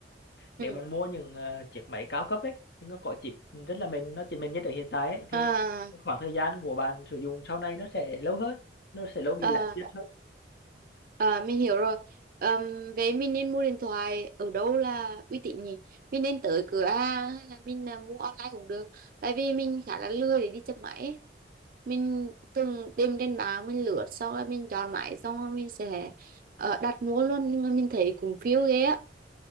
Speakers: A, on the left (about 65°); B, on the right (about 50°).
A: nếu
B: ừ
A: bạn mua những ờ, chiếc máy cao cấp ấy thì nó có chip rất là mềm nó chỉ mềm nhất ở hiện tại ấy, thì
B: À,
A: cái khoảng thời gian của bạn sử dụng sau này nó sẽ lâu hơn nó sẽ lâu bị
B: à,
A: lạc nhất hơn
B: à, mình hiểu rồi. Ờm, vậy mình nên mua điện thoại ở đâu là uy tín nhỉ? Mình nên tới cửa hàng hay là mình à, mua online cũng được. Tại vì mình khá là lười để đi chập máy. ấy. Mình từng tìm trên mạng mình lướt xong rồi mình chọn máy xong rồi mình sẽ ờ, đặt mua luôn nhưng mà mình thấy cũng phiêu ghê á.